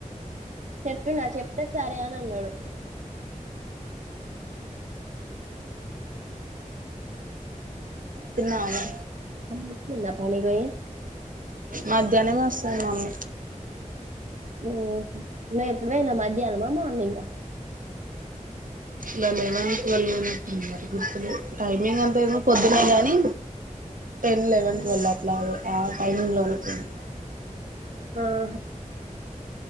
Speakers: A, on the right; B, on the right.
A: చెప్పిన చెప్తే సరే అని అన్నాడు
B: తిన్నావా మా
A: వచ్చిందా పనికి పోయి
B: మధ్యాహ్నమే వస్తంది మమ్మీ
A: ఉమ్ ను ఇప్పుడువేన్న మధ్యాహ్నమా మార్నింగ్ ఆ
B: లా లేవా వాళ్ళ గుతులు టైమింగ్ ఎంతయి పొద్దునే గానీ టెన్ లెవెన్ ట్వెల్వ్ అట్లా ఆ టైమింగ్ లో నే ప్పుడైనా
A: ఆహా